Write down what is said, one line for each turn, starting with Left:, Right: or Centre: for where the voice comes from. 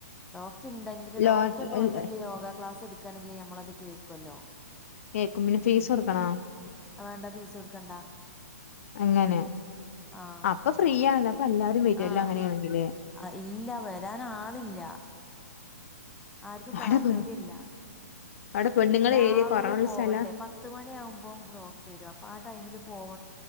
Centre: ഡോക്റ്റ് ഇണ്ടെങ്കില്
Left: ലോട്ടറി
Centre: ഡോക്റ്റ് ഒക്കെ വന്നിട്ട് യോഗ ക്ലാസ് ഇട്ക്കാണെങ്കിൽ ഞമ്മളത് കേക്കൊല്ലോ.
Left: കേക്കും പിന്നെ ഫീസ് കൊടുക്കണോ
Centre: ഉം കവാണ്ട ഫീസ് കൊട്ക്കണ്ടാ.
Left: അങ്ങനെ
Centre: ആഹ്
Left: അപ്പ ഫ്രീ ആണല്ലോ അപ്പെല്ലാരും വര്വല്ലോ
Centre: ആഹ്
Left: അങ്ങനേണെങ്കില്.
Centre: ഇല്ല വരാൻ ആളില്ല ആർക്കും
Left: അവിടെ
Centre: താല്പര്യല്ല.
Left: പെ അവിടെ പെണ്ണുങ്ങളെ
Centre: രാവിലെ
Left: ഏരിയ കുറവുള്ള
Centre: പോവണ്ടേ
Left: സ്ഥല
Centre: പത്ത് മണി ആവുമ്പം ഡോക്റ്റ് വരും. അപ്പൊ ആ ടൈമില് പോവ